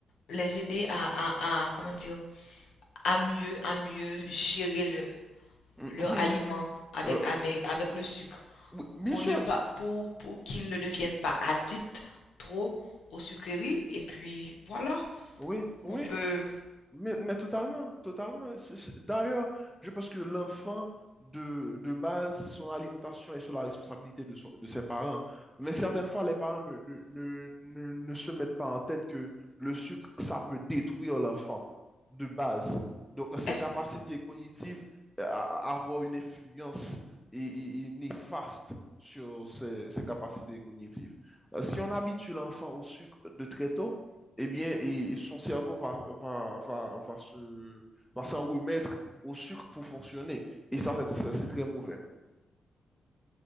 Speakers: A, on the left; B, in the centre.
A: les aider à, à, à, comment dire, à mieux, à mieux gérer le,
B: Mhm.
A: leur aliment avec,
B: Euh,
A: avec, avec le sucre
B: oui, bien
A: pour
B: sûr,
A: ne pas pour, pour qu'ils ne deviennent pas addicts trop aux sucreries et puis voilà
B: oui, oui.
A: on peut
B: Mais, mais totalement, totalement. C'est- c'est- D'ailleurs, je pense que l'enfant, de, de base, son alimentation est sur la responsabilité de, son- de ses parents. Mais certaines fois, les parents ne, ne, ne, ne- ne se mettent pas en tête que le sucre, ça peut détruire l'enfant de base. Donc, ses
A: est-ce
B: capacités cognitives euh, à, à avoir une influence et, et- et néfaste sur ses, ses capacités cognitives. Euh, si on habitue l'enfant au sucre de très tôt, eh bien, et son cerveau va, va, va, va se, va s'en remettre au sucre pour fonctionner. Et ça, c'est ça, c'est très mauvais.